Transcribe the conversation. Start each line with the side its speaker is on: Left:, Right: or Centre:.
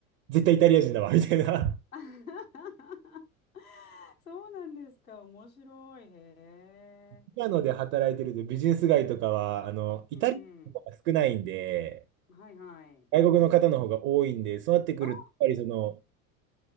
Right: 絶対イタリア人だわ、みたいな。<laughs>
Left: <laughs> そうなんですか。面白い。へえ。
Right: ミラノで働いてるとビジネス街とかは、あの、イタリアの方が少ないんで、
Left: うんうん。はいはい。
Right: 外国の方の方が多いんで、そうなってくると、
Left: あ、
Right: やっぱりその、